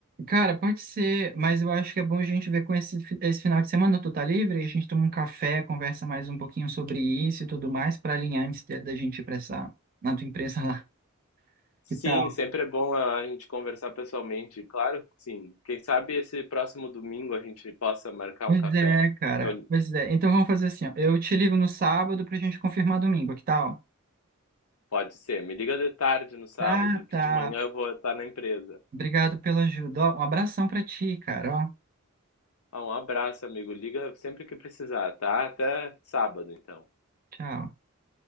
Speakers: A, on the right (about 40°); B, on the left (about 80°).
A: Cara, pode ser, mas eu acho que é bom a gente ver com esse, fi- esse final de semana. Tu tá livre? A gente toma um café, conversa mais um pouquinho sobre isso e tudo mais, para alinhar antes de- da gente ir pra essa, na tua empresa lá.
B: Sim,
A: Que tal?
B: sempre é bom a gente conversar pessoalmente. Claro que sim. Quem sabe esse próximo domingo a gente possa marcar
A: Pois
B: um café.
A: é, cara.
B: Eu,
A: Pois é. Então vamos fazer assim, ó. Eu te ligo no sábado pra gente confirmar domingo, que tal?
B: pode ser. Me liga de tarde no sábado,
A: Tá,
B: que
A: tá.
B: de manhã eu vou estar na empresa.
A: Obrigado pela ajuda. Ó, um abração pra ti, cara. Ó,
B: Ah, um abraço, amigo. Liga sempre que precisar, tá? Até sábado, então.
A: tchau.